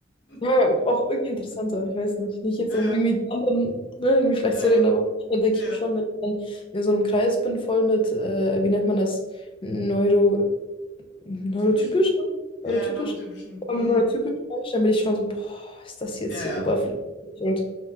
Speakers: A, on the left (about 25°); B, on the left (about 60°).
A: ja,
B: <laughs>
A: auch irgendwie interessanter, ich weiß nicht. Nicht jetzt,
B: Ja,
A: um irgendwie, anderen, ne, irgendwie schlecht
B: ja, ja,
A: zu reden,
B: ja.
A: aber dann denke
B: Ja,
A: ich
B: ja.
A: mir schon, wenn ich dann in so einem Kreis bin, voll mit, äh, wie nennt man das? Neuro, neurotypisch?
B: typischen?
A: ne?
B: Ja,
A: Neurotypisch?
B: ja, neurotypischen.
A: wenn
B: Hm.
A: man nur typisch Mensch, dann bin ich schon so, boah, ist das jetzt
B: Ja,
A: hier
B: ja.
A: oberflächlich und